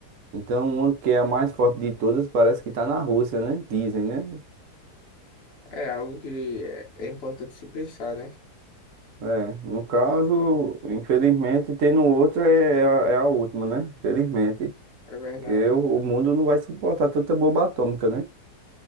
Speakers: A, on the right; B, on the left.
A: Então, uma que é a mais forte de todas parece que está na Rússia, né? Dizem, né?
B: É algo que é, é importante se pensar, né?
A: É, no caso, infelizmente, tendo outra é é a, é a última, né? Infelizmente,
B: É verdade.
A: porque o, o mundo não vai suportar tanta bomba atômica, né?